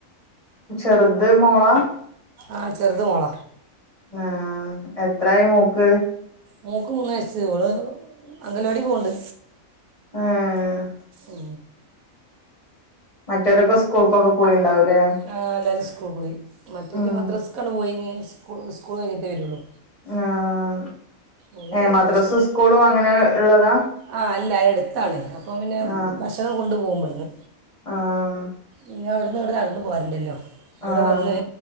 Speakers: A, on the left; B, on the right.
A: ചെറ്ത് മോള
B: ആഹ് ചെറുത് മോള
A: ആഹ് എത്രായി മോക്ക്
B: മോക്ക് മൂന്നയസ്സ് ഓള് അംഗൽവാടി പോണ്ട്
A: ആഹ്
B: ഓ
A: മറ്റവരൊക്കെ സ്കൂൾക്കൊക്കെ പോയിണ്ടാവൂലേ?
B: ആ അല്ലാവതും സ്കൂൾ പോയി മറ്റേ
A: ഉം
B: മദ്രാസ് കട പോയിനി സ്കൂ സ്കൂൾ കഴിഞ്ഞിട്ടേ വരുള്ളൂ
A: ആഹ്
B: ഓല്
A: ഏ മദ്രാസ്
B: ഭക്ഷണം
A: സ്കൂളും അങ്ങനെ ഉള്ളതാ?
B: ആ അല്ല എടുത്താണ് അപ്പോപിന്നെ
A: ആഹ്
B: ഭക്ഷണം കൊണ്ടു പോകുമ്പട്ന്ന്
A: ആഹ്
B: ഇഞ്ഞവിടെന്ന് ഇവിടെ നടന്ന് പോരണ്ടല്ലോ ഇബടെ
A: ആഹ്
B: വന്ന്